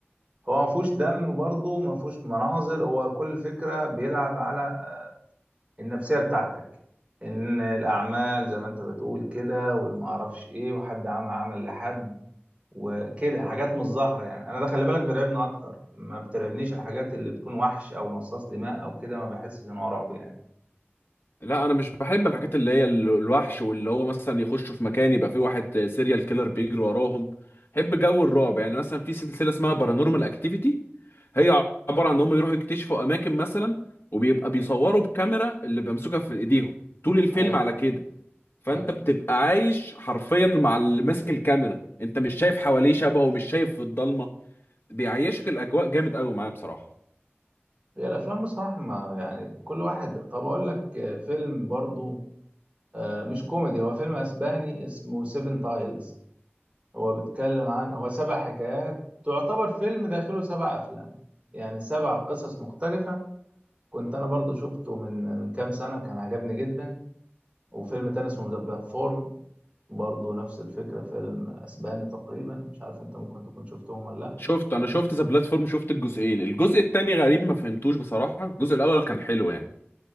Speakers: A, on the right; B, on the left.
A: هو ما فيهوش دم برضه ما فيهوش مناظر هو كل فكرة بيلعب على النفسية بتاعتك ان الاعمال زي ما انت بتقول كده والمعرفش ايه وحد عمل عمل لحد وكده حاجات مش ظاهرة يعني انا ده خلي بالك بيرعبني اكتر ما بترعبنيش الحاجات اللي بتكون وحش او مصاص دماء او كده ما بحسش ان هو رعب يعني
B: لا انا مش بحب الحاجات اللي هي ال- الوحش واللي هو مثلا يخشوا في مكان يبقى فيه واحد سيريال كيلر بيجري وراهم بحب جو الرعب يعني مثلا في سلسله اسمها بارانورمال اكتيفيتي هي عباره عن ان هم يروحوا يكتشفوا اماكن مثلا وبيبقى بيصوروا بكاميرا اللي بيمسكها في ايديهم طول الفيلم
A: ايوه
B: على كده فانت
A: ايوه
B: بتبقى عايش حرفيا مع اللي ماسك الكاميرا انت مش شايف حواليه شبهه ومش شايف في الضلمه بيعيشك الاجواء جامد قوي معايا بصراحه
A: هي الافلام بصراحه ما يعني كل واحد طب اقول لك آه، فيلم برضو آه، مش كوميدي هو فيلم اسباني اسمه سيفن تايلز هو بيتكلم عن هو سبع حكايات تعتبر فيلم داخله سبع أفلام يعني سبع قصص مختلفة كنت أنا برضو شفته من من كام سنة كان عجبني جدا وفيلم تاني اسمه ذا بلاتفورم برضو نفس الفكرة فيلم أسباني تقريبا مش عارف أنت ممكن تكون شفتهم ولا لأ
B: شفت انا شفت ذا بلاتفورم شفت الجزئين الجزء التاني غريب ما فهمتوش بصراحه الجزء الاول كان حلو يعني